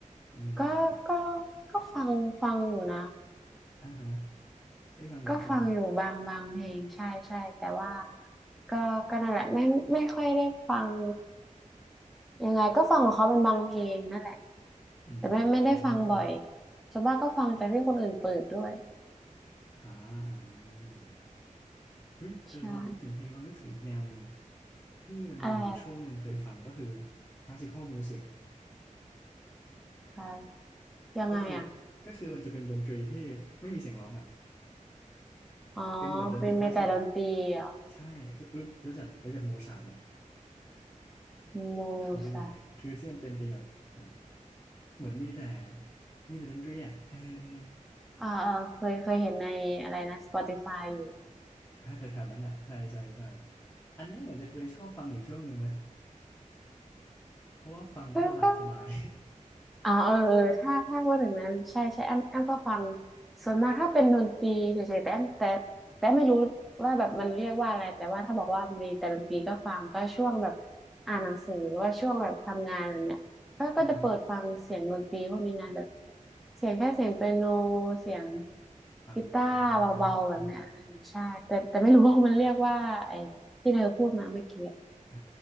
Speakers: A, on the left; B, in the centre.
A: อืมอืม
B: ก็ก็ก็ฟังฟังอยู่นะ
A: อ่าฮะได้ฟังอยู่ใช่ไหม
B: ก็ฟังอยู่บางบางเพลงใช่ใช่แต่ว่าก็ก็นั่นแหละไม่ไม่ค่อยได้ฟัง ยังไงก็ฟังของเขาเป็นบางเพลงนั่นแหละ
A: อื
B: แต่ไม่ไม่ได้ฟังบ่อย
A: ม
B: ส่วนมากก็ฟังจากที่คนอื่นเปิดด้วย
A: อ่าอ่าเฮ้ยเออพอพูดถึงเพลงเรานึกถึงอีกแนวหนึ่ง
B: ใช่
A: ที่มันมีอยู่ช่วงหนึ่งเคยฟังก็คือ
B: อะไร
A: classical music
B: คะยังไงอ่ะ
A: ก็คือก็คือมันจะเป็นดนตรีที่ไม่มีเสียงร้องอ่ะ
B: อ๋อ
A: เป็นเหมือนดนตรีคลาสสิกอ่ะ
B: เป็นเมแต่ดนตรีเหรอ
A: ใช่คือรู้รู้จักรู้จักโมซาร์ทไหม
B: โม
A: เคยได้ยินไหมคือที่มันเป็นเป็นแบบแบบ
B: ซา
A: เหมือนมีแต่มีแต่ดนตรีอ่ะเออเออ
B: อ่าอ่าเคยเคยเห็นในอะไรนะ Spotify อยู่
A: อ่าแถวๆนั้นอ่ะใช่ใช่ใช่อันเนี้ยเหมือนจะเคยชอบฟังอยู่ช่วงหนึ่งนะเพราะว่าฟังแล้วมันหลับสบาย
B: ก็ก็ อ่าเออเออถ้าถ้าพูดถึงนั้นใช่ใช่แอมแอมก็ฟังส่วนมากถ้าเป็นดนตรีเฉยๆแต่แอมแต่แต่ไม่รู้ว่าแบบมันเรียกว่าอะไรแต่ว่าถ้าบอกว่ามีแต่ดนตรีก็ฟังก็ช่วงแบบอ่านหนังสือหรือว่าช่วงแบบทำงานแบบเนี่ยก็ก็จะเปิดฟังเสียงดนตรีพวกนี้นะแบบ
A: <laughs> อือฮึ
B: เสียงแค่เสียงเปียโนเสียง
A: อ๋อ
B: กีตาร์เบาๆแบบเนี้ยเออใช่แต่แต่ไม่รู้ว่ามันเรียกว่าไอ้ที่เธอพูดมาเมื่อกี้อ
A: อ่า